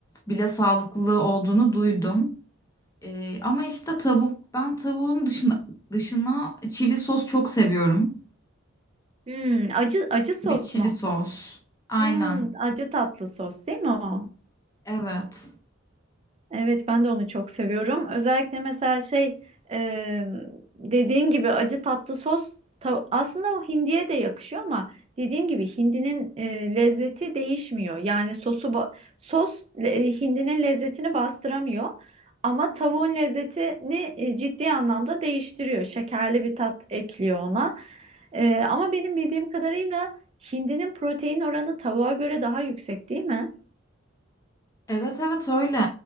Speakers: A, on the left (about 15°); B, on the right (about 30°).
A: bile sağlıklı olduğunu duydum. E, ama işte tavuk ben tavuğun dışına, dışına çili sos çok seviyorum.
B: Hmm, acı acı sos
A: Sweet çili
B: mu?
A: sos. Aynen.
B: Hmm, acı tatlı sos değil mi o?
A: Evet.
B: Evet ben de onu çok seviyorum. Özellikle mesela şey e, dediğin gibi acı tatlı sos ta- aslında o hindiye de yakışıyor ama dediğim gibi hindinin e, lezzeti değişmiyor. Yani sosu ba- sos e, hindinin lezzetini bastıramıyor ama tavuğun lezzetini e, ciddi anlamda değiştiriyor. Şekerli bir tat ekliyor ona. E, ama benim bildiğim kadarıyla hindinin protein oranı tavuğa göre daha yüksek değil mi?
A: Evet evet öyle.